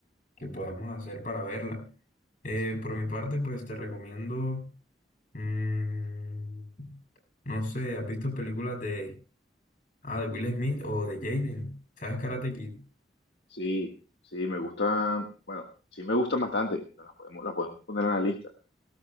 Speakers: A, on the left; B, on the left.
A: que podamos hacer para verla. Eh, por mi parte, pues te recomiendo, mm, no sé, ¿has visto películas de, ah, de Will Smith o de Jaden? ¿Sabes Karate Kid?
B: Sí, sí, me gustan, bueno, sí me gustan bastante. Las podemos, las podemos poner en la lista.